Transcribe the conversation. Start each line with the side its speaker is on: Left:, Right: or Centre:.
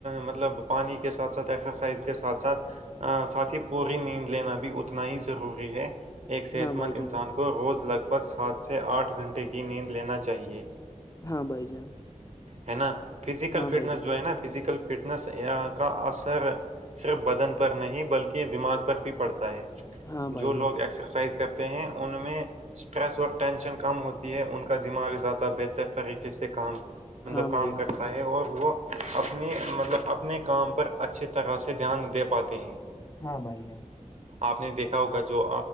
Right: مطلب پانی کے ساتھ ساتھ ایکسرسائز کے ساتھ ساتھ ساتھ ہی پوری نیند لینا بھی اتنا ہی ضروری ہے ایک صحت
Left: ہاں بھائی
Right: مند
Left: جان
Right: انسان کو روز لگ بھگ سات سے آٹھ گھنٹے کی نیند لینا چاہیئے
Left: ہاں بھائی جان
Right: ہے نا فیزیکل
Left: ہاں
Right: فٹنس
Left: بھائی
Right: جو ہے نا فزیکل فٹس کا اثر صرف بدن پر نہیں بلکہ دماغ پر بھی پڑتا ہے
Left: جان
Right: جو لوگ ایکسرسائز کرتے ہیں ان میں اسٹریس ٹینشن کم ہوتی ہے ان کا دماغ زیادہ بہتر طریقے سے کام مطلب
Left: ہاں بھائی
Right: کام
Left: جان
Right: کرتا ہے اور وہ اپنی مطلب اپنے کام پر اچھی طرح سے دھیان دے پاتے ہیں
Left: ہاں بھائی ہاں
Right: آپ نے دیکھا ہوگا جو